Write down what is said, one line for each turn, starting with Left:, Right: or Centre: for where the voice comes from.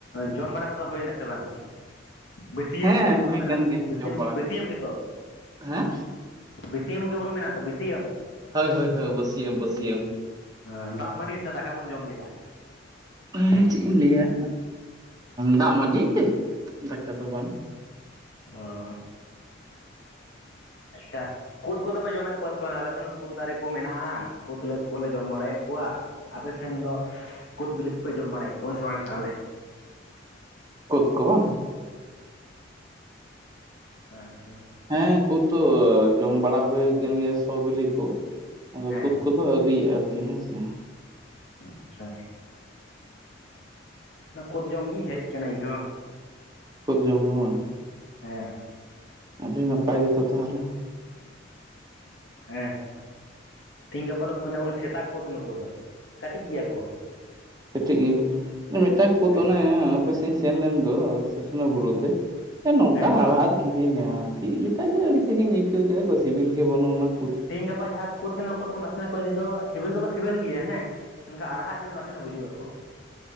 Left: ᱡᱚᱢ ᱵᱟᱲᱟ ᱠᱚᱫᱚ ᱦᱩᱭᱱᱟ ᱥᱮ ᱵᱟᱝ ᱵᱟᱹᱥᱤᱭᱟᱹᱢ
Right: ᱦᱮᱸ
Left: ᱥᱮ ᱪᱮᱫ ᱵᱚᱱ
Right: ᱦᱩᱭ
Left: ᱢᱮᱱᱟ
Right: ᱠᱟᱱ ᱜᱮᱭᱟ ᱡᱚᱢ ᱵᱟᱲᱟ
Left: ᱵᱟᱹᱥᱤᱭᱟᱹᱢ
Right: ᱠᱟᱛᱮ
Left: ᱜᱮᱛᱚ
Right: ᱦᱮᱸ
Left: ᱵᱟᱹᱥᱤᱭᱟᱹᱢ ᱜᱮᱵᱚᱱ ᱢᱮᱱᱟ ᱛᱚ ᱵᱟᱹᱥᱤᱭᱟᱹᱢ
Right: ᱦᱳᱭ ᱦᱳᱭ ᱦᱳᱭ ᱵᱟᱹᱥᱭᱟᱹᱢ ᱵᱟᱹᱥᱭᱟᱹᱢ
Left: ᱦᱮᱸ ᱫᱟᱜ ᱢᱟᱹᱰᱤ ᱥᱮ ᱫᱟᱠᱟ ᱵᱚᱱ ᱡᱚᱢ ᱠᱮᱫᱟ
Right: ᱟᱨ ᱪᱮᱫ ᱤᱧ ᱞᱟᱹᱭᱟ ᱫᱟᱜ ᱢᱟᱹᱰᱤᱻ ᱫᱟᱠᱟ ᱫᱚ ᱵᱟᱝ
Left: ᱚᱸᱻ ᱟᱪᱪᱷᱟ ᱠᱩᱫᱽ ᱠᱚᱫᱚ ᱯᱮ ᱡᱚᱢᱮᱫ ᱠᱚᱣᱟ ᱥᱮ ᱵᱟᱝ ᱟᱞᱮ ᱥᱮᱱ ᱫᱚ ᱠᱩᱫᱽ ᱫᱟᱨᱮ ᱠᱚ ᱢᱮᱱᱟᱜᱼᱟ ᱠᱩᱫᱽ ᱠᱚᱞᱮ ᱡᱚᱢ ᱵᱟᱲᱟᱭᱮᱫ ᱠᱚᱣᱟ ᱟᱯᱮ ᱥᱮᱱ ᱫᱚ ᱠᱩᱫ ᱵᱤᱞᱤ ᱠᱚᱯᱮ ᱡᱚᱢ ᱵᱟᱲᱟᱭᱮᱫ ᱠᱚᱣᱟ ᱥᱮ ᱵᱟᱝ ᱛᱟᱦᱚᱞᱮ
Right: ᱠᱩᱫᱽ ᱠᱚ ᱵᱟᱝ
Left: ᱟᱪᱪᱷᱟ
Right: ᱦᱮᱸ ᱠᱩᱫᱽ ᱫᱚ ᱡᱚᱢ ᱵᱟᱲᱟ ᱦᱩᱭ ᱟᱠᱟᱱ ᱜᱮᱭᱟ ᱥᱚ ᱵᱤᱞᱤ ᱠᱚ ᱟᱫᱚ
Left: ᱦᱮᱸ
Right: ᱠᱩᱫᱽ ᱠᱚᱫᱚ ᱟᱹᱣᱨᱤᱭᱟᱜᱼᱟ ᱟᱨᱠᱤ ᱦᱮᱸᱥᱮ
Left: ᱟᱪᱪᱷᱟ ᱚᱱᱟ ᱠᱩᱫᱽ ᱡᱚᱢ ᱜᱤᱧ ᱦᱮᱡ ᱟᱠᱟᱱᱟ ᱤᱧ ᱦᱚᱸ
Right: ᱠᱩᱫᱽ ᱡᱚᱢ ᱜᱮ ᱵᱟᱝ
Left: ᱦᱮᱸ
Right: ᱟᱹᱰᱤ ᱱᱟᱯᱟᱭ ᱜᱮᱛᱚ ᱛᱟᱦᱚᱞᱮ
Left: ᱦᱮᱸ ᱛᱮᱦᱤᱧ ᱜᱟᱯᱟ ᱫᱚᱠᱚ ᱢᱮᱛᱟ ᱠᱚ ᱠᱟᱱᱟ ᱥᱮᱛᱟ ᱠᱩᱫᱽ ᱱᱩᱠᱩ ᱫᱚ ᱠᱟᱹᱴᱤᱡ ᱜᱮᱭᱟ ᱠᱚ
Right: ᱠᱟᱹᱴᱤᱡ ᱜᱮ ᱢᱤᱫᱴᱟᱹᱝ ᱠᱩᱫᱽ
Left: ᱦᱮᱸ
Right: ᱚᱱᱮ ᱟᱯᱮ ᱥᱮᱫ ᱤᱧ ᱥᱮᱱ ᱞᱮᱱ ᱫᱚ ᱥᱩᱥᱱᱟᱹ ᱵᱩᱨᱩ ᱛᱮ ᱱᱚᱝᱠᱟ
Left: ᱦᱮᱸ
Right: ᱦᱟᱲᱦᱟᱫ ᱠᱤᱫᱤᱧᱟ ᱪᱮᱫ ᱞᱮᱠᱟ ᱡᱮ ᱟᱹᱲᱤᱥ ᱜᱤᱧ ᱟᱹᱭᱠᱟᱹᱣ ᱠᱮᱫᱟ ᱠᱟᱹᱡ ᱥᱤᱵᱤᱞ ᱜᱮ ᱵᱟᱹᱱᱩᱜ ᱟᱱᱟᱝ
Left: ᱛᱮᱦᱤᱧ ᱜᱟᱯᱟ ᱡᱟᱦᱟᱸ ᱠᱳᱫᱽ ᱠᱟᱱᱟ ᱩᱱᱠᱩ ᱫᱚᱠᱚ ᱱᱟᱥᱮᱱᱟᱜ <unintelligible> ᱤᱱᱟᱹ ᱫᱚ ᱥᱤᱵᱤᱞ ᱫᱚᱠᱚ ᱥᱤᱵᱤᱞ ᱜᱮᱭᱟ ᱦᱮᱸ ᱢᱮᱱᱠᱟᱷᱟᱱ ᱟᱲᱦᱟᱜ ᱧᱚᱜ ᱱᱟᱥᱮᱱᱟᱜ ᱵᱩᱡᱩᱜ ᱟᱠᱚ